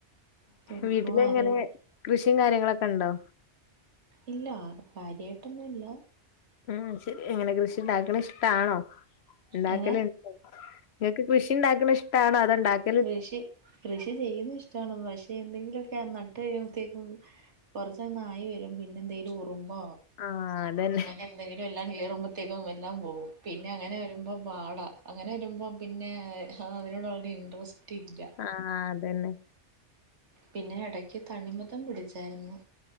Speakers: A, on the right (about 75°); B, on the left (about 65°).
A: തൂക്കും
B: വീട്ടില്
A: വാരും
B: എങ്ങനെ
A: അങ്ങനെ
B: കൃഷിയും കാര്യങ്ങളൊക്കെണ്ടോ
A: ഇല്ല കാര്യമായിട്ടൊന്നുല്ല
B: ഉം ശരി എങ്ങനെ കൃഷിണ്ടാക്കണ ഇഷ്ടാണോ ഉണ്ടാക്കല
A: ഇങ്ങനെ
B: ഇ നിങ്ങൾക്ക് കൃഷിണ്ടാക്കണഇഷ്ടണോ അത് ഉണ്ടാക്
A: കൃഷി കൃഷി ചെയ്യുന്ന ഇഷ്ടമാണ് പക്ഷെ എന്തെങ്കിലുമൊക്കെ നട്ട് കഴിയുമ്പോത്തേക്കും കുറച്ചങ്ങ ആയി വരും പിന്നെ എന്തെങ്കിലും ഉറുമ്പോ
B: ആഹ് അതന്നെ
A: അങ്ങനെ എന്തെങ്കിലും എല്ലാം കേറുമ്പോ <unintelligible> എല്ലാം പോകവും പിന്നെ അങ്ങനെ വരുമ്പോൾ പാട അങ്ങനെ വരുമ്പോൾ പിന്നെ അതിനോടു- സ്ട്രിക്റ്റ
B: ആഹ് അതന്നെ.
A: പിന്നെ ഇടക്ക് തണിമത്താൻ പിടിച്ചായിരുന്നു